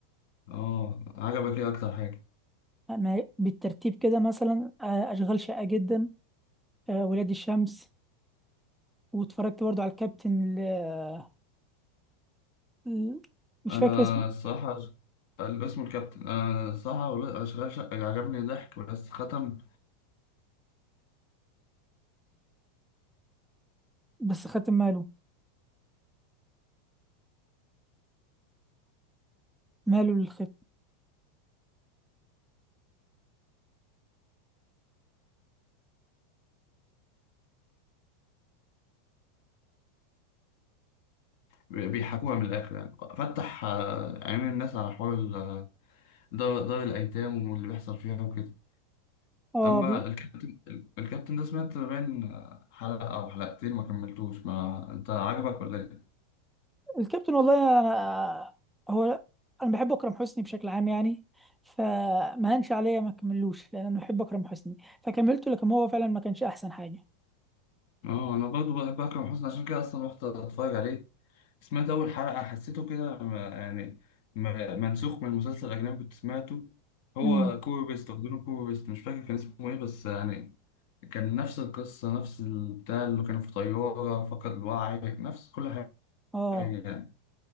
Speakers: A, on the left; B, in the centre.
A: اه عجبك ايه أكتر حاجة؟
B: ما- بالترتيب كده مثلا آه، اشغال شاقه جدا آه، ولاد الشمس واتفرجت برضو على الكابتن ال- ال- مش
A: أنا
B: فاكر اسمه
A: الصراحة الاسم الكابتن أنا الصراحة أول- أشغال شقة عجبني ضحك بس ختم
B: بس خدت ماله ماله للخيب
A: بيحكوها من الآخر يعني فتح آه، عينين الناس على حوار ال- دار, دار الأيتام واللي بيحصل فيها وكده
B: اه
A: أما
B: بز-
A: الكابتن الكابتن ده سمعت باين آه، حلقة أو حلقتين ما كملتوش ما أنت عجبك ولا إيه؟
B: الكابتن والله انا هو انا بحب اكرم حسني بشكل عام يعني فما هنش عليا ما كملوش لان انا بحب اكرم حسني فكملته لكن هو فعلا ما كانش احسن حاجه
A: اه انا برضو بحب اكرم حسني عشان كده اصلا رحت اتفرج عليه سمعت اول حلقه حسيته كده م- يعني م- منسوخ من مسلسل اجنبي كنت سمعته هو
B: امم
A: كوري بيست واخدينه كوري بيست مش فاكر كان اسمه ايه بس يعني كان نفس القصه نفس البتاع اللي كانوا في طياره فقد الوعي نفس كل حاجه
B: اه
A: يعني